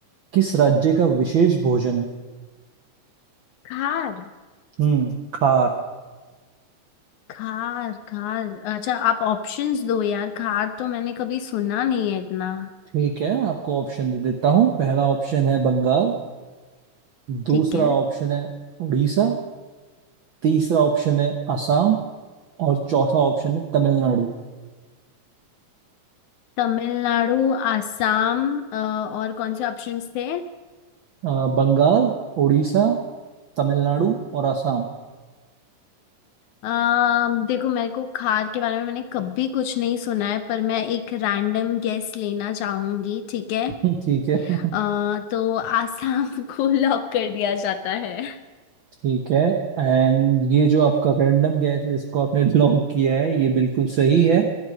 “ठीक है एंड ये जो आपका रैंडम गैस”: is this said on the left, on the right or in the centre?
Right